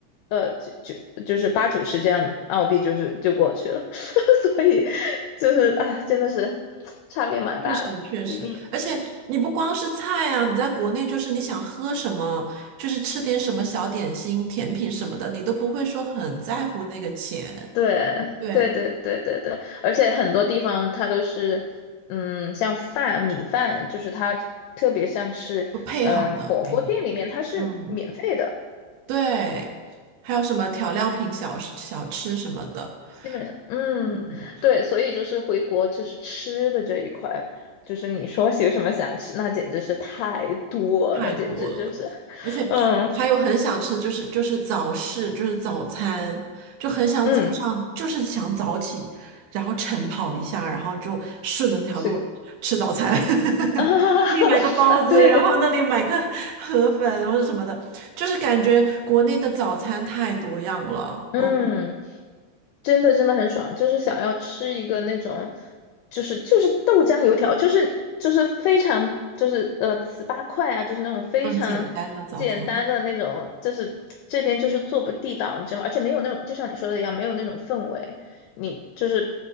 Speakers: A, on the left; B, on the right.
A: 呃，就就就是八九十这样澳币，就是就过去了，<laughs> 所以就是哎，真的是差别蛮大的，
B: 确实确实，
A: 一定也是。
B: 而且你不光是菜啊，你在国内就是你想喝什么，就是吃点什么小点心、甜品什么的，你都不会说很在乎那个钱，
A: 对对对对对对，
B: 对，
A: 而且很多地方它都是，嗯，像饭米饭，就是它特别像是，
B: 就配好的给你。
A: 嗯、火锅店里面它是免费的，
B: 嗯，对，还有什么调料品小吃小吃什么的，
A: 基本上，嗯，
B: 嗯，
A: 对，所以就是回国就是吃的这一块，就是你说有什么想吃，那简直是太多了，
B: 太多了。
A: 简直就是。<laughs>
B: 而且我还有很想吃，
A: 嗯，
B: 就是就是早市，就是早餐，就很想早上，
A: 嗯，
B: 就是想早起，然后晨跑一下，然后就顺着那条路吃早餐。
A: 是个，
B: <laughs>
A: <laughs>
B: 这里买个包子，
A: 啊，对对，
B: 然后那里买个河粉或者什么的，就是感觉国内的早餐太多样了，
A: 嗯。
B: 嗯，
A: 真的真的很爽，就是想要吃一个那种，就是就是豆浆油条，就是就是非常就是呃糍粑块啊，就是那种非常简单的那种，
B: 更简单的早餐。
A: 就是这边就是做不地道，你知道吗？而且没有那种，就像你说的一样，没有那种氛围，你就是